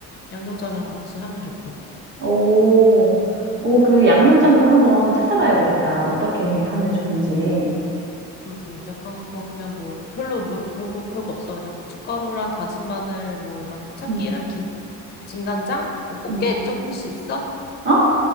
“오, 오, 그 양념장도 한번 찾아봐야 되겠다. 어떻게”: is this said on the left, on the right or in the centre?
Right